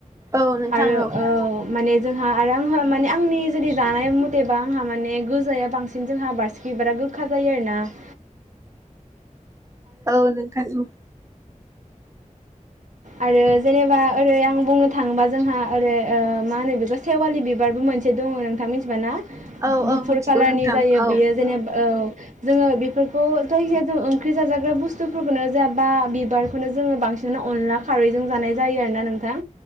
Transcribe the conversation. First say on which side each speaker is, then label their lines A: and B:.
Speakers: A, on the right; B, on the right.
A: औ नोंथां
B: आरो
A: औ
B: ओ माने जोंहा आरो आंहा माने आंनि जुदि जानाय मथेबा आंहा माने गोजाया बांसिन जोंहा बारसिखि बिबारा गोखा जायो आरोना ।
A: औ नोंथां औ।
B: आरो जेनेबा ओरै आं बुंनो थाङोबा जोंहा ओरै ओ मा होनो बेखौ सेवालि बिबारबो मोनसे दङ नोंथां मिथिबायना?
A: औ
B: गुफुर
A: औ मिथिगौ
B: खालारनि
A: नोंथां
B: जायो बियो
A: औ
B: जेनेबा औ। जोङो बे फोरखौ जायखिजाया ओं ख्रि जाजाग्रा बुस्थुफोरखौनो जाबा बिबारखौनो जोङो बांसिनानो अनला खारैजों जानाय जायो आरोना नोंथां।